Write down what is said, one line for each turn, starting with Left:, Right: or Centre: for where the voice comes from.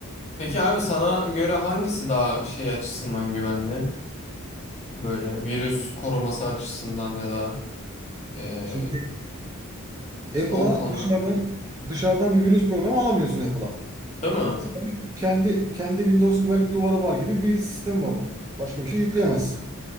Left: Peki abi sana göre hangisi daha şey açısından güvenli böyle virüs koruması açısından ya da e,
Right: Şimdi
Left: işte
Right: Apple'a
Left: o konularda
Right: dışarıdan dışarıdan bir virüs programı alamıyorsun Apple'a.
Left: değil mi?
Right: Sadece kendi kendi Windows güvenlik duvarı var gibi bir sistem var onun. Başka bir şey yükleyemezsin.